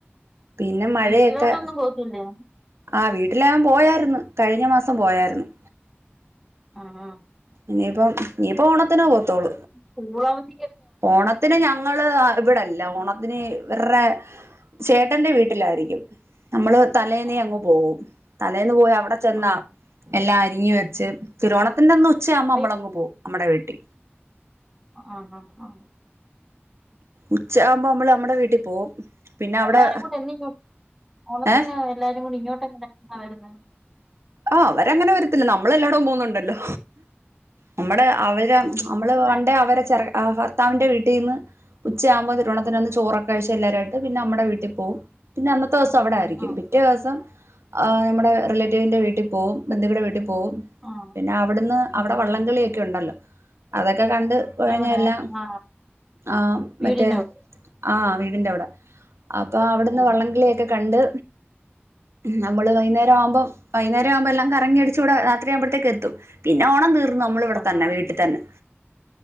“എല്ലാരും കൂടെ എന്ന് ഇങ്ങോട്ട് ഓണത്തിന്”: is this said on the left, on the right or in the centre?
Centre